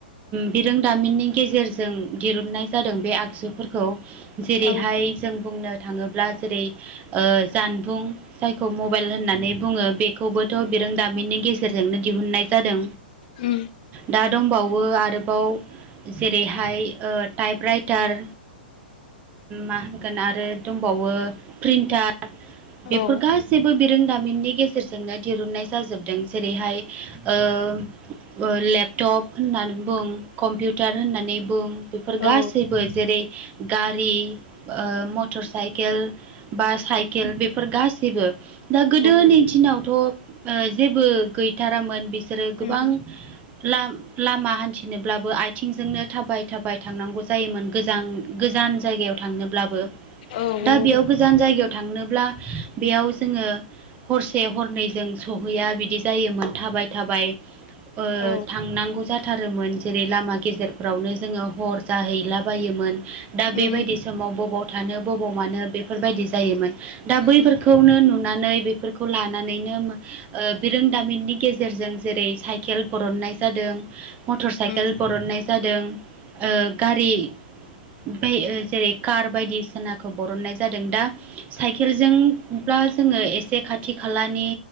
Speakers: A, on the right; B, on the left.
A: बिरोंदामिननि गेजेरजों दिरुननाय जादों बे आगजुफोरखौ जेरैहाय
B: औ
A: जों बुंनो थाङोब्ला जेरै ओ जानबुं जायखौ मबाइल होननानै बुङो बे खौबोथ' बिरोंदामिननि गेजेरजोंनो दिहुननाय जादों
B: उम
A: दा दंबावो आरोबाव जेरैहाय ओ टाइप राइटार मा होनगोन आरो दंबावो प्रिन्टार बेफोर
B: औ
A: गासैबो बिरोंदामिननि गेजेरजोंनो दिरुननाय जाजोबदों जेरैहाय ओ लेपटप होननानै बुं कम्पिउटार होननानै बुं बेफोर गासैबो
B: औ
A: जेरै गारि ओ मटर साइकेल बा साइकेल बेफोर गासैबो दा गोदोनि
B: औ नंगौ औ उम
A: दिनावथ' जेबो गैथारामोन बिसोरो गोबां
B: उम
A: लाम लामा हान्थिनोब्लाबो आथिंजोंनो थाबाय थाबाय थांनांगौ जायोमोन गोजां गोजान जायगायाव थांनोब्लाबो
B: औ नंगौ उम औ
A: दा
B: नंगौ
A: बेयाव गोजान जायगायाव थांनोब्ला बेयाव जोङो हरसे हरनैजों सहैया बिदि जायोमोन थाबाय थाबाय ओ
B: औ
A: थांनांगौ जाथारोमोन। जेरै लामा गेजेरफ्रावनो जोङो हर जाहैला बायोमोन दा बेबायदि
B: उम
A: समाव बबाव बबाव मानो बेफोरबायदि जायोमोन दा बैफोरखौनो
B: उम
A: नुनानै बेफोर खौ लानानैनो बिरोंदामिननि गेजेरजों जेरै साइकेल बरननाय जादों। मटर साइकेल
B: उम
A: बरननाय जादों ओ-गारि बै-ओ-जेरै कार बायदि सेनाखौ बरननाय जादों दा साइकेलजोंब्ला जोङो एसे खाथि खालानि